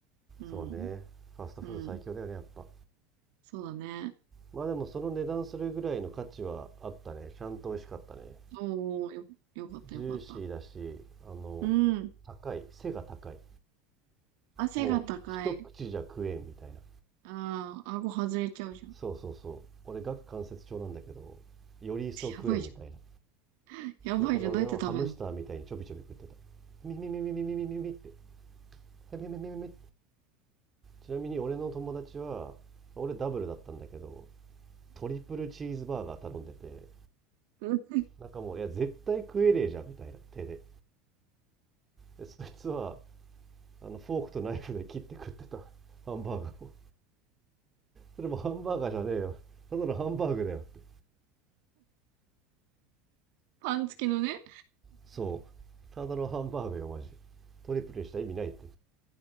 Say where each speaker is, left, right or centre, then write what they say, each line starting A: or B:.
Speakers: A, on the right; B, on the right.
A: うん。
B: そうね。ファストフード最強だよね、
A: うん。
B: やっぱ。
A: そうだね。
B: まあでもその値段するぐらいの価値はあったね。ちゃんと美味しかったね。
A: おー、よ、よかったよかった。
B: ジューシーだし、あの、
A: うん。
B: 高い。背が高い。
A: 汗が高い。
B: もう一口じゃ食えんみたいな。
A: ああ、顎外れちゃうじゃん。
B: そうそうそう。俺、顎関節症なんだけど、より一層食えんみたいな。
A: やばいじゃん。やばいじゃん。
B: だから俺はハムスターみたいにちょびちょび食ってた。
A: どうやって食べん
B: ミミミミミミミミミって。へめめめめちなみに俺の友達は俺ダブルだったんだけどトリプルチーズバーガー頼んでて
A: の <laughs>
B: なんかもういや絶対食えねえじゃんみたいな手ででそいつはあのフォークとナイフで切って食ってたハンバーガーをそれもハンバーガーじゃねえよただのハンバーグだよって
A: パン付きのね。
B: そうただのハンバーグよマジトリプルにした意味ないって